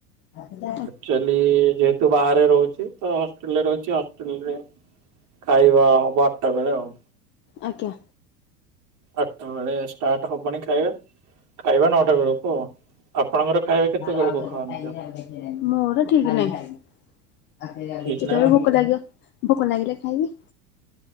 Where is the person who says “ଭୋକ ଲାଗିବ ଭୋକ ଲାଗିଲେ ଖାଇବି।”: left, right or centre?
Left